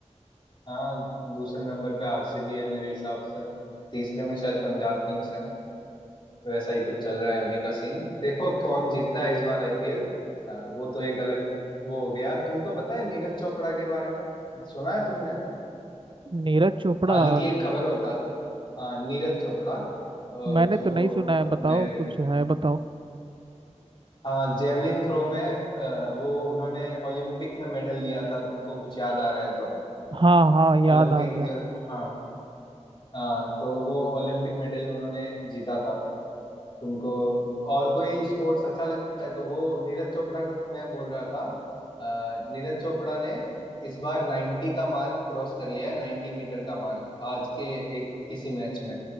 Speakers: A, on the left; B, on the right.
A: हाँ दूसरे नंबर पे आरसीबी है मेरे हिसाब से तीसरे में शायद पंजाब किंग्स है वैसा ही कुछ चल रहा है अभी का सीन देखो कौन जीतता है इस बार आईपीएल वो तो एक अलग वो हो गया तुमको पता है नीरज चोपड़ा के बारे में सुना है तुमने
B: नीरज चोपड़ा
A: हाल ही की एक खबर बता हाँ नीरज चोपड़ा अ, जो
B: मैंने तो नहीं सुना है
A: अपने
B: बताओ कुछ है बताओ
A: हाँ जेवलिन थ्रो में अ, वो उन्होंने ओलंपिक में मेडल लिया था तुमको कुछ याद आ रहा है तो
B: हाँ हाँ याद
A: ओलंपिक
B: आ गया
A: हाँ हाँ तो वो ओलंपिक मेडल उन्होंने जीता था तुमको और कोई स्पोर्ट्स अच्छा लगता है तो वो नीरज चोपड़ा का मैं बोल रहा था अ, नीरज चोपड़ा ने इस बार 90 का मार्क क्रॉस कर लिया है 90 मीटर का मार्क आज के एक किसी मैच में